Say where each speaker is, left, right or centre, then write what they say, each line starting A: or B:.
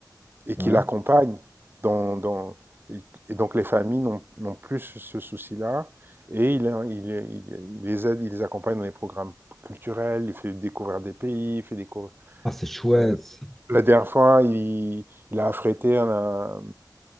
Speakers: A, on the right (about 30°); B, in the centre.
A: et qu'il
B: Ouais.
A: accompagne. Dans, dans- et donc les familles n'ont plus ce souci-là, et il, il- il- il les aide, il les accompagne dans les programmes culturels, il fait découvrir des pays, il fait découvrir...
B: Ah, c'est chouette.
A: Euh, la dernière fois, il, il a affrété un,